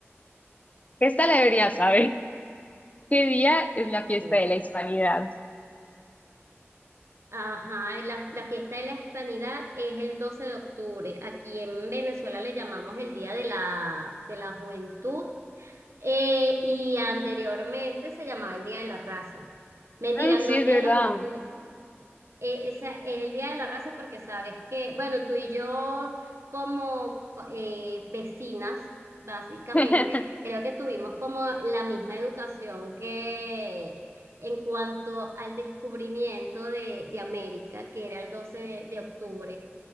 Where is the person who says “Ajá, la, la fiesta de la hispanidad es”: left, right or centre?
Right